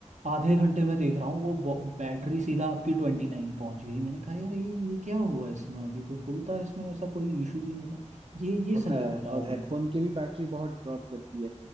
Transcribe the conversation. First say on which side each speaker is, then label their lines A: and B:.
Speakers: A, on the right; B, on the right.
A: आधे घंटे में देख रहा हूँ वो बो- बैटरी सीधा आपकी ट्वेंटी नाइन पहुँच गई मैंने कहा यार ये ये क्या हुआ इसमें अभी तो फुल था इसमें ऐसा कोई इशू भी नहीं था ये ये
B: होता
A: सही बोला
B: है और
A: आपने
B: हेडफोन की भी बैटरी बहुत ड्रॉप करती है